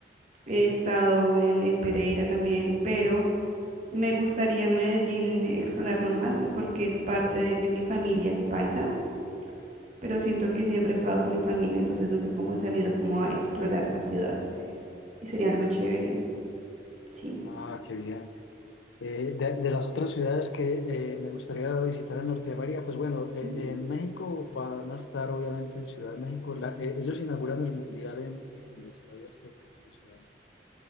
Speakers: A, on the right (about 40°); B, on the left (about 80°).
A: he estado en, en Pereira también, pero Me gustaría Medellín explorarlo más, pues porque parte de mi familia es paisa, pero siento que siempre he estado con mi familia, entonces nunca como he salido como a explorar la ciudad. Y sería algo chévere, sí.
B: Ah, qué bien. Eh, de, de las otras ciudades que eh, me gustaría visitar en Norteamérica, pues bueno, eh,
A: Mm,
B: en México van a estar obviamente en Ciudad de México. La- eh, ellos inauguran el Mundial en, en el Estadio Azteca, en Ciudad de México.